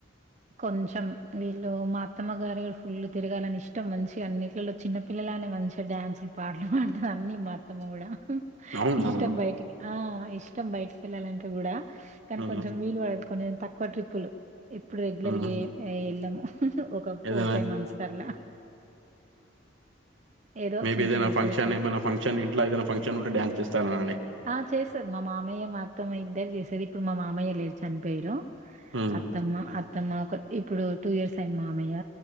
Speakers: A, on the right (about 35°); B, on the right (about 85°).
A: కొంచెం వీళ్ మా అత్తమ్మగారి కూడా ఫుల్లు తిరగాలని ఇష్టం మంచి అన్నింటిలో చిన్న పిల్లలనే మంచిగా డ్యాన్సులు పాటలు పాడతారు అన్ని మత్తమ్మ కూడా
B: అవునా
A: ఇష్టం బయటికి ఆ ఇష్టం బయటకి వెళ్లాలంటే కూడా
B: ఉమ్,
A: కొంచెం వీలు పడదు కొంచె తక్కువ ట్రిప్పులు ఇప్పుడు రెగ్యులర్గా
B: ఉమ్,
A: ఏం వెళ్ళము ఒక ఫోర్
B: ఏదైనా
A: ఫైవ్ మంత్స్ కట్ల ఏదో
B: మేబీ
A: చిన్న
B: ఏదైనా
A: చిన్న హెచ్చరికని
B: ఫంక్షన్ ఏమైనా ఫంక్షన్ ఇంట్లో ఏదైనా పంక్షన్ ఉంటే డాన్స్ చేస్తాను అని
A: ఆ చేశారు మా మామయ్య మాత్తం ఇద్దరు చేసారు ఇప్పుడు మా మామయ్య లేరు చనిపోయరు
B: చేస్తానండి
A: అత్తమ్మ అత్తమ్మ ఒక ఇప్పుడు టూ ఇయర్స్ అయిం మామయ్య